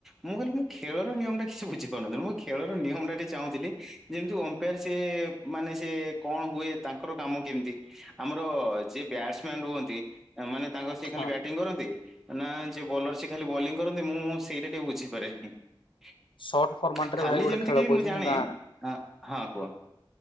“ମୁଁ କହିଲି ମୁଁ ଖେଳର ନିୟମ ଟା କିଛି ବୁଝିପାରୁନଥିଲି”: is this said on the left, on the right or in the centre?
Centre